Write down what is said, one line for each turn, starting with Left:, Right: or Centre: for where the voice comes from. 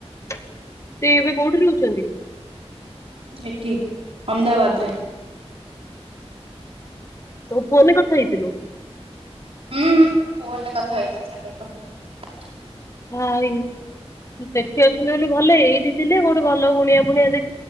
Left: ସେ ଏବେ କୋଉଠି ରହୁଛନ୍ତି କି?
Right: ଏଠି ଅମଦାବାଦରେ।
Left: ତୋ ଫୋନରେ କଥା ହେଇଥିଲୁ।
Right: ହଁ ହଁ ମୁଁ ଫୋନରେ କଥା ହେଇଥିଲି ତ ସହିତ।
Left: ଭାଇ ସେଠି ଅଛନ୍ତି ବୋଲି ଭଲ ଏଇଠି ଥିଲେ କୋଉଠୁ ଭଲ ଗୁଣିଆ ଫୁଣିଆ ଦେଖ